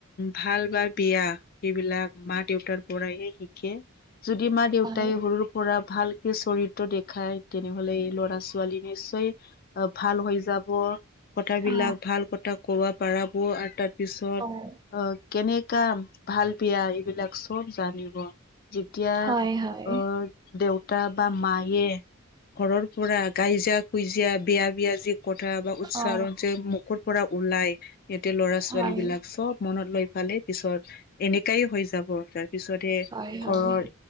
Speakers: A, on the left; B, on the right.
A: ভাল <unintelligible> বিয়া সেইবিলাক মা দেউতাৰ পৰাহে শিকে যদি
B: হয়
A: ত তাই সৰুৰ পৰা ভালকে চৰিত্ৰ দেখাই তেনেহলে এই ল'ৰা ছোৱালী নিশ্চয় ভাল হৈ যাব কথাবিলাক
B: অ
A: ভাল কথা কব পাৰাব আৰু তাৰ পিছত
B: হয়
A: আহ <unintelligible> কেনেকা ভাল বিয়া এইবিলাক চব জানিব যেতিয়া
B: হয় হয়
A: অ দেউতা বা মায়ে ঘৰৰ পৰা গাই যা কুইজা <unintelligible> যেয়া বিয়া বিয়া যি কথা বা উচ্চাৰণ
B: অ
A: যে মুখৰ পৰা ওলাই <unintelligible> ইহঁতে ল'ৰা ছোৱালী
B: হয়
A: বিলাক চব মনত লৈ পালে পিছত এনেকাই হৈ যাব ত পিছতহে
B: হয়
A: ঘৰৰ
B: হয়